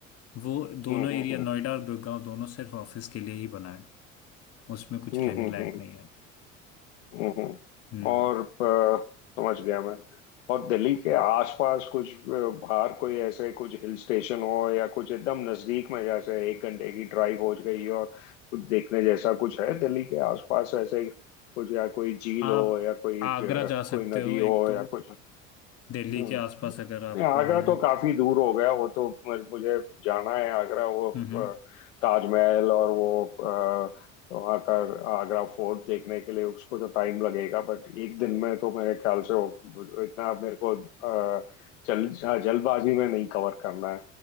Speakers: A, on the left; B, on the left.
A: वो दोनों
B: हम्म
A: एरिया
B: हम्म
A: नोएडा और गुड़गांव दोनों सिर्फ ऑफिस के लिए ही बना है उसमें कुछ
B: हम्म
A: रहने
B: हम्म
A: लायक
B: हम्म हम्म
A: नहीं है
B: हम्म हम्म।
A: हम्म
B: और अ, समझ गया मैं और दिल्ली के आसपास कुछ अ, बाहर कोई ऐसे कुछ हिल स्टेशन हो या कुछ एकदम नजदीक में जैसे एक घंटे की ड्राइव हो गई और कुछ देखने जैसा कुछ है दिल्ली के आसपास ऐसे कुछ या कोई झील
A: आप
B: हो या कोई
A: आगरा
B: अ,
A: जा
B: कोई
A: सकते
B: नदी
A: हो
B: हो
A: एक तो
B: या कुछ
A: दिल्ली
B: हम्म
A: के आसपास अगर आपको
B: नहीं, आगरा
A: आना
B: तो
A: है
B: काफी दूर हो गया वो तो मुझे जाना है आगरा वो अ,
A: हम्म
B: ताजमहल और वो तो वहाँ का आगरा फोर्ट देखने के लिए उसको तो टाइम लगेगा बट एक दिन में तो मेरे ख्याल से वो- इतना मेरे को अ, जल हाँ, जल्दबाजी में नहीं कवर करना है